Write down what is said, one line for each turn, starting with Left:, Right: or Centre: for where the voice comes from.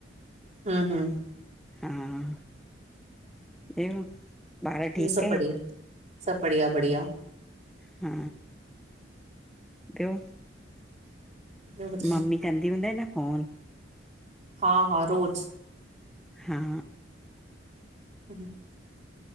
Right: हुं-हुं
Centre: हा, ॿियो? ॿार
Right: ॿियो
Centre: ठीकु
Right: सभु
Centre: आहिनि
Right: बढ़िया, सभु बढ़िया- बढ़िया।
Centre: हा, ॿियो?
Right: ॿियो ॿुधायो
Centre: मम्मी कंदी हूंद न फोन?
Right: हा -हा, रोज़।
Centre: हा
Right: ह्म <inaudible>